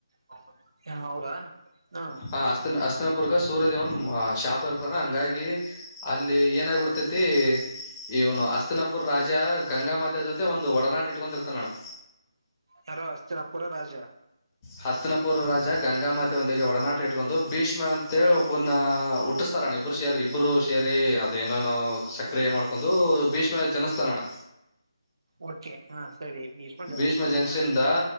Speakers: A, on the right (about 65°); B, on the left (about 20°).
A: ಹ ಅವೌದಾ ಹಾ
B: ಹ ಅಸ್ತ ಅಸ್ತನಪುರ್ಗ ಸೂರ್ಯ ದೇವನ್ ಶಾಪ್ ಇರ್ತಾನ ಹಂಗಾಗಿ ಅಲ್ಲಿ ಏನಾಗಬಿಡ್ತೈತಿ ಇವನು ಅಸ್ತನಾಪುರ್ ರಾಜ ಗಂಗಾ ಮಾಾತ ಜೊತೆ ಒಂದು ಒಡನಾಟ ಇಟ್ಕೊಂಡಿರ್ತಾನೆ ನಾನು
A: ಯಾರ ಅಷ್ಟತಿಿನ ಪುರ ರಾಜಾ
B: ಹತ್ತನಪುರ ರಾಜ ಗಂಗಾಮತೆ ಒಂದಿಗೆ ಒಡನಾಟ ಇಟ್ಕೊಂಡು ಬೀಚ್್ಮ್ಯಾ ಅಂತ ಹೇಳಿ ಒಬ್ ಇನ್ನ ಹುಟ್ಟಿಸ್ತಾರಣ ಇಬ್ಬರು ಸೇರಿ ಇಬ್ಬರು ಸೇರಿ ಅದ ಏನೇನೋ ಸಕ್ರಿಯ ಮಾಡ್ಕೊಂಡು ಭೀಷ್ಮ ಜನಸ್ತಾನ ಅಣ್ಣ
A: ಓಕೆ ಹಾ ಸರಿ ಜನಿಸ್ತಾರ
B: ಭೀಷ್ಮ ಜೆನ್ಸಿಿಂದ
A: ಹ